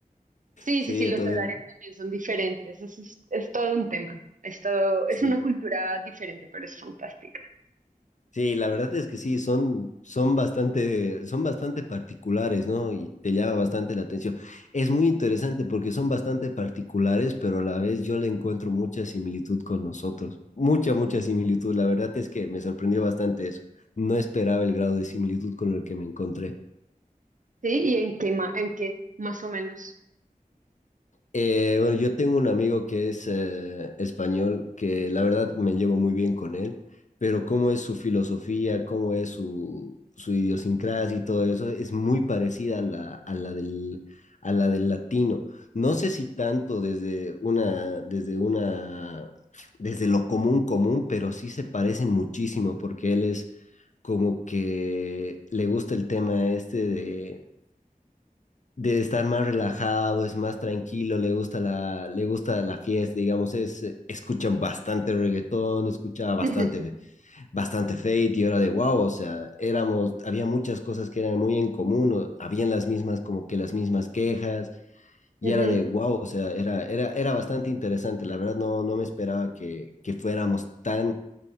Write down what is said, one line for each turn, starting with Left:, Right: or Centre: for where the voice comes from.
Right: Sí,
Left: Sí,
Right: sí, sí, los
Left: entonces,
Right: horarios también son diferentes. Eso es, es todo un tema. Es todo- es
Left: sí,
Right: una cultura diferente, pero es fantástica.
Left: Sí, la verdad es que sí, son, son bastante, son bastante particulares, ¿no? Y te llama bastante la atención. Es muy interesante porque son bastante particulares, pero a la vez yo le encuentro mucha similitud con nosotros. Mucha, mucha similitud. La verdad es que me sorprendió bastante eso. No esperaba el grado de similitud con el que me encontré.
Right: Sí, ¿y en qué, ma- en qué más o menos?
Left: Eh, bueno, yo tengo un amigo que es eh, español, que la verdad me llevo muy bien con él, pero cómo es su filosofía, cómo es su, su idiosincrasia y todo eso, es muy parecida a la, a la del, a la del latino. No sé si tanto desde una, desde una, desde lo común común, pero sí se parece muchísimo porque él es como que le gusta el tema este de estar más relajado, es más tranquilo, le gusta la, le gusta la fiesta, digamos, es, escuchan bastante reggaetón, escuchaba bastante,
Right: <laughs>
Left: bastante Fate y era de wow, o sea, éramos, había muchas cosas que eran muy en común, o habían las mismas, como que las mismas quejas, y
Right: Ujú,
Left: era de wow, o sea, era, era, era bastante interesante, la verdad no, no me esperaba que, que fuéramos tan,